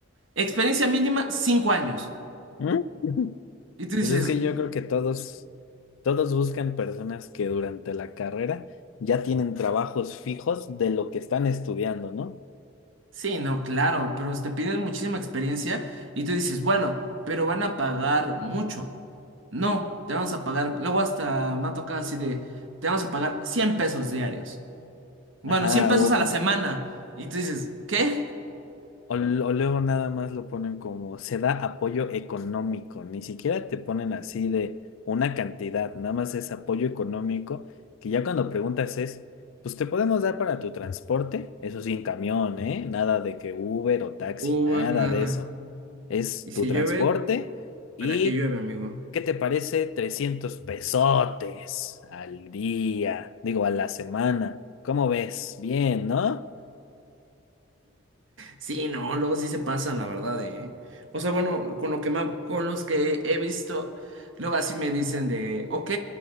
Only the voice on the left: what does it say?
¿Mm? <laughs>
Pues es que yo creo que todos, todos buscan personas que durante la carrera ya tienen trabajos fijos de lo que están estudiando, ¿no?
Ajá,
o
O, l- o luego nada más lo ponen como se da apoyo económico, ni siquiera te ponen así de una cantidad, nada más es apoyo económico, que ya cuando preguntas es, pues te podemos dar para tu transporte, eso sí, en camión, ¿eh? Nada de que Uber o taxi,
nada
de eso. Es
tu transporte
y,
¿qué te parece? trescientos pesotes al día, digo, a la semana. ¿Cómo ves? Bien, ¿no?